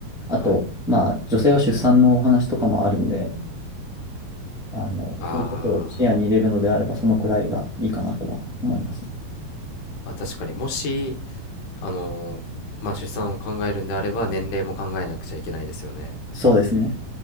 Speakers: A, in the centre; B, on the left.
A: あと、
B: はい。
A: まあ、女性は出産のお話とかもあるんで、あの、
B: あ
A: そういうことを視野に入れるのであれば、そのくらいがいいかなとは思いますね。
B: ーあ、確かにもし、あのーまあ出産を考えるんであれば年齢も考えなくちゃいけないですよね。
A: そうですね。